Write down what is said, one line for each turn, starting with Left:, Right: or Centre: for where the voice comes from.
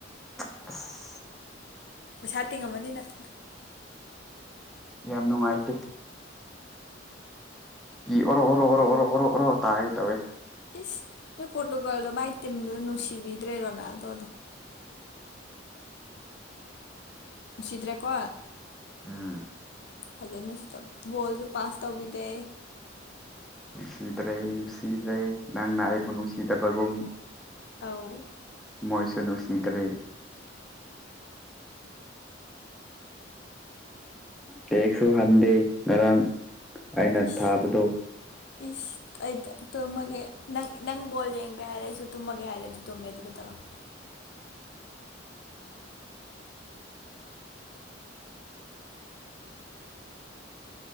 Centre: <unintelligible>
Left: ꯄꯩꯁꯥ ꯇꯤꯡꯉꯝꯃꯅꯤ ꯅꯪ
Centre: ꯌꯥꯝ ꯅꯨꯡꯉꯥꯏꯇꯦ꯫ ꯏ ꯑꯣꯔꯣꯔꯣꯔꯣꯔꯣꯔꯣꯔꯣ ꯇꯥꯒ° ꯇꯋꯦ
Left: ꯏꯁ ꯅꯣꯏ ꯄꯣꯔꯇꯨꯒꯥꯜꯗꯣ ꯃꯥꯏ ꯇꯤꯝꯗꯨ ꯅꯨꯡꯁꯤꯕꯤꯗ꯭ꯔꯦ ꯔꯣꯅꯥꯜꯗꯣ ꯗꯣ꯫ ꯅꯨꯡꯁꯤꯗ꯭ꯔꯦꯀꯣ
Centre: ꯎꯝ꯫
Left: ꯐꯖꯅꯁꯨ ꯇꯧ ꯕꯣꯜꯁꯨ ꯄꯥꯁ ꯇꯧꯕꯤꯗꯦ꯫
Centre: ꯅꯨꯡꯁꯤꯗ꯭ꯔꯦ ꯅꯨꯡꯁꯤꯗ꯭ꯔꯦ ꯅꯪꯅ ꯑꯩꯕꯨ ꯅꯨꯡꯁꯤꯗꯕꯒꯨꯝ
Left: ꯇꯥꯑꫭ
Centre: ꯃꯣꯏꯁꯨ ꯅꯨꯡꯁꯤꯗ꯭ꯔꯦ꯫ ꯇꯦꯛꯁꯨ ꯍꯟꯗꯦ ꯉꯔꯥꯡ ꯑꯩꯅ
Left: ꯏꯁ
Centre: ꯊꯥꯕꯗꯣ
Left: ꯏꯁ ꯑꯩꯗ ꯇꯨꯝꯃꯒꯦ ꯅꯪ ꯅꯪ ꯕꯣꯜ ꯌꯦꯡꯒꯦ ꯍꯥꯏꯔꯦ ꯑꯩꯁꯨ ꯇꯨꯝꯃꯒꯦ ꯍꯥꯏꯔꯦ ꯑꯗꯨ ꯇꯨꯝꯃꯦ ꯑꯗꯨꯒ ꯀꯩꯗꯧꯔꯕꯥ